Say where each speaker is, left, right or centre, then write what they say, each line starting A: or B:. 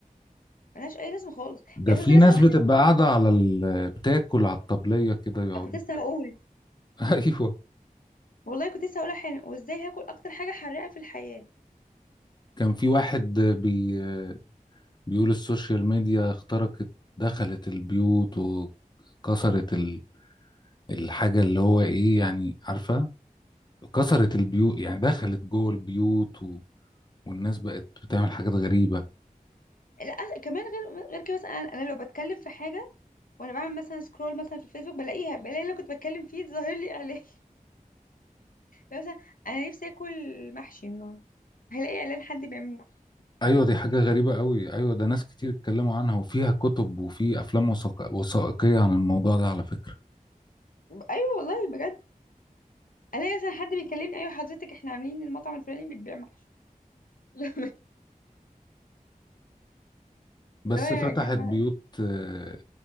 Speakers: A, on the left; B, on the left.
A: ملهاش اي لازمه خالص
B: ده
A: يا أستاذ
B: في
A: زي
B: ناس
A: مثلا واحد
B: بتبقى قاعدة على ال... بتاكل على الطبلية كده يقعدوا
A: كنت لسه هقول
B: <laughs> ايوه
A: والله كنت لسه هقولها حالا وازاي هاكل اكتر حاجه حراقه في الحياه
B: كان في واحد بي... بيقول السوشيال ميديا اخترقت دخلت البيوت وكسرت ال... الحاجة اللي هو ايه يعني عارفة كسرت البيوت يعني دخلت جوه البيوت والناس بقت بتعمل حاجات غريبة
A: لا أص- كمان غير غير كده مثلا انا أنا لو بتكلم في حاجه وانا بعمل مثلا سكرول مثلا في الفيسبوك بلاقيها بلاقي اللي كنت بتكلم فيه ظاهر لي اعلان <laughs> لو مثلا انا نفسي اكل محشي النهارده هلاقي اعلان حد بيعمل محشي
B: ايوه دي حاجة غريبة قوي ايوه ده ناس كتير اتكلموا عنها وفيها كتب وفي افلام وثائق- وثائقية عن الموضوع ده على فكرة
A: ايوه والله بجد الاقي مثلا حد بيكلمني ايوه حضرتك احنا عاملين المطعم الفلاني بيبيع محشي <laughs> لا
B: بس
A: اللي هو يا
B: فتحت
A: جماعه
B: بيوت آه،